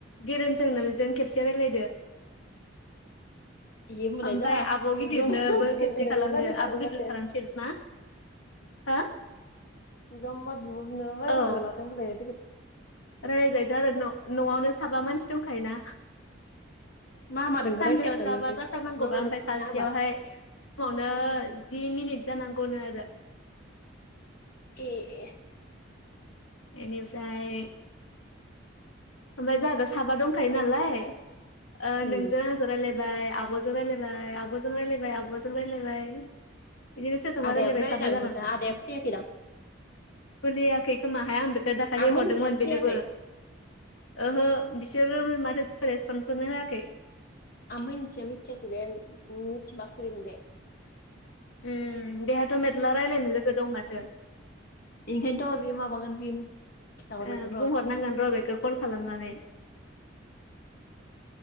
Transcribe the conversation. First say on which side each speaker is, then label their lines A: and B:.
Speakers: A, on the left; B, on the left.
A: गेरेमजों नोजों खेबसे रायलायदो।
B: ए होमबालाय
A: ओमफाय
B: जाहा
A: आब गिदिरनोबो
B: जमा बिब'
A: खेबसे
B: बिनानाव
A: खालामदो
B: रायज्लाय जागोन
A: आब
B: माथो
A: गिदिर खालामफिन। मा? हो?
B: जममा बिब बिनानाव रायलायनो
A: औ
B: हागोन माथो ओमबालाय।
A: रायलायजायोथ आरो न नआवनो साबा मानसि दंखायोना।
B: मा
A: सानसेयाव
B: मादोंखौ रायज्लायहरजागोन
A: साबा
B: माथो
A: जाथार नांगौबा
B: मामानो
A: ओमफाय
B: खुलिना
A: सासेयावहाय
B: होबा
A: खमावनो जि मिनिट जानां गनो आरो।
B: ए ए।
A: इनिफ्राय ओमफाय जाहाथ साबा दंखायो नालाय। ओ
B: उम
A: नोंजों आंजो रायलाय बाय आब'जों रायलायबाय आब'जों रायलायबाय आब'जों रायलायबाय। बिदिनो सोरजोंबा
B: आदायाबो
A: रायलायबाय
B: रायलायजागोन
A: साबा जागोन
B: माथो आदाया खुलियाखैदां।
A: खुलियाखै खोमाहाय आंबो दाखालि
B: आ मिथिया
A: हरदोंमोन
B: खुलियाखै
A: बेनोबो। ओहो बिसोरो माथो रेसपन्सखोनो होआखै।
B: आमोनथिया मिथियाखैबे मिथिबा खुलिगोन बे।
A: उम। बेहाथ मेथला रायलायनो लोगो दं माथो।
B: ओंखायथ बे माबागोन बे खिथाहरनांगोन
A: ओ
B: र'
A: बुंहरनांगोन र बेखौ कल खालामनानै।